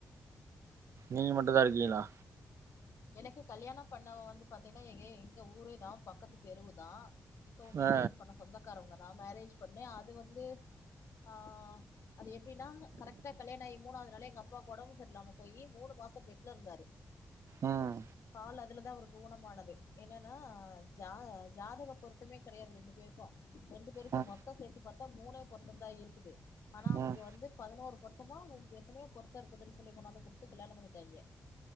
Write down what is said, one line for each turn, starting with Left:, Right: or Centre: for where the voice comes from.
Right: நீங்க மட்டு தான் இருக்கீங்களா
Left: எனக்கு கல்யாணம் பண்ணவ வந்து பாத்தீங்கன்னா எங்க எங்க ஊரேதா பக்கத்து தெருவுதா சோ மேரேஜ்
Right: ஆ
Left: பண்ண சொந்தக்காரவங்கதா மேரேஜ் பண்ணி அது வந்து ஆ அது எப்டினா கரெக்ட்டா கல்யாணோ ஆயி மூணாவது நாள் எங்க அப்பாக்கு ஒடம்பு சரியில்லாம போய் மூணு மாசோ பெட்ல இருந்தாரு
Right: ம்
Left: கால் அதுல தா அவருக்கு ஊனமானது என்னனா ஜா ஜாதக பொருத்தமே கெடையாது ரெண்டு பேருக்கு ரெண்டு பேருக்கு
Right: ம்
Left: மொத்தோ சேத்து பாத்தா மூணே பொருத்தந்தா இருக்குது ஆனா அவிங்க
Right: ம்
Left: வந்து பதினோரு பொருத்தமா எத்தனயோ பொருத்தோ இருக்குதுன்னு சொல்லி கொண்டாந்து குடுத்து கல்யாணம் பண்ணிட்டாங்க